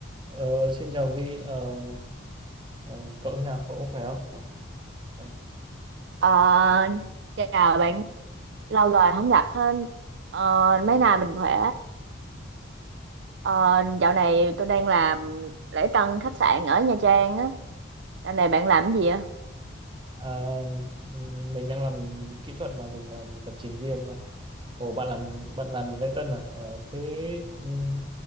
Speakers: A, on the right; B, on the right.
A: Ờ, xin chào Vi, ờ, ờ, cậu thế nào? Cậu có khỏe không? Vậy.
B: Ờ, chào bạn, lâu rồi không gặp hơn. Ờ, mấy nay mình khỏe. Ờ, dạo này tôi đang làm lễ tân khách sạn ở Nha Trang á. Dạo này bạn làm cái gì ạ?
A: À, mình đang làm kỹ thuật mà mình làm lập trình viên mà. Ồ, bạn làm bạn làm lễ tân à? Ờ, thế ừm,